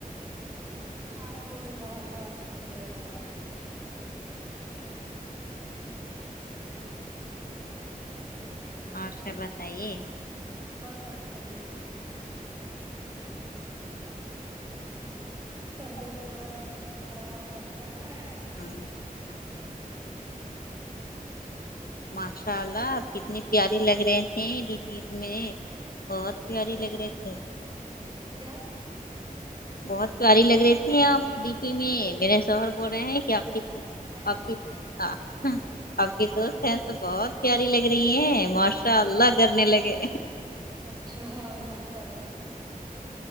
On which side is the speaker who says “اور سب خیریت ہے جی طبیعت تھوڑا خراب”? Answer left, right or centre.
Right